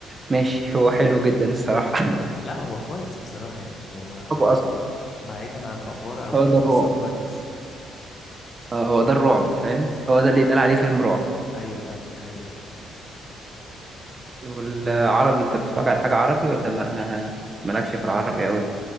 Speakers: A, on the right; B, on the left.
A: ماشي هو حلو جدا الصراحة <laughs>
B: لا هو كويس بصراحة يعني هو
A: هو اصلا
B: بعيدا عن افوارة او
A: هو
B: كده
A: ده الرعب
B: بس هو كويس
A: آه، هو ده الرعب فاهم هو ده اللي يتقال عليه فيلم رعب
B: ايوه فعلا دي حقيقة
A: والعربي انت بتتفرج على حاجة عربي ولا ما مالكش في العربي قوي